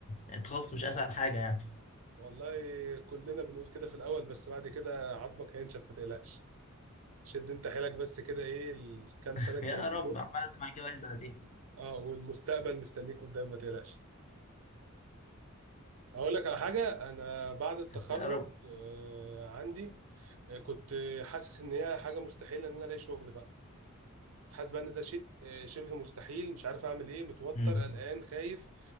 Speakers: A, on the left (about 35°); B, on the right (about 70°).
A: التخصص مش أسهل حاجة يعني
B: والله كلنا بنقول كده في الاول بس بعد كده عظمك هينشف ما تقلقش شد انت حيلك بس كده ايه الكام
A: <laughs>
B: سنه الجايين
A: يا رب
B: دول
A: عمال أسمع كده بقالي سنتين
B: اه والمستقبل مستنيك قدام ما تقلقش اقول لك على حاجه انا بعد التخرج
A: يا رب
B: آه عندي آه، كنت حاسس ان هي حاجه مستحيله ان انا الاقي شغل بقى حاسس بقى ان ده شيء آه، شبه مستحيل مش عارف اعمل ايه متوتر
A: مم.
B: قلقان خايف